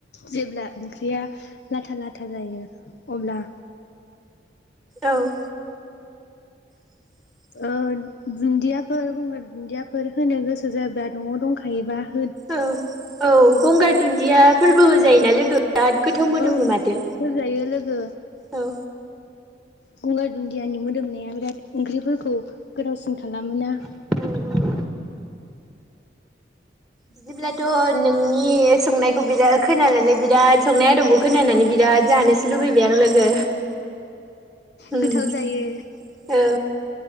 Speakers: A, on the left; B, in the centre.
A: जेब्ला ओंख्रिया लाथा लाथा जायो अब्ला बा
B: औ। <inaudible>
A: ओ दुन्दियाफोर गंगार दुन्दियाफोर होनो गोसो जायोबा न'आव दंखायोबा ।
B: औ औ गंगार दुन्दिया फोरबो होजायोना लोगो? बिराद गोथाव मोदोमो
A: औ
B: माथो
A: होजायो लोगो।
B: औ
A: गंगार दुन्दियानि मोदोमनाया बिराद ओंख्रिफोर खौ गोथावसिन खालामो ना।
B: औ औ बिदिब्लाथ' नोंनि संनायखौ बिराद खोनानानै बिराद संनाय आदबखौ खोनानानै बिराद जानोसो लुबैबाय आं लोगो औ।
A: गोथाव जायो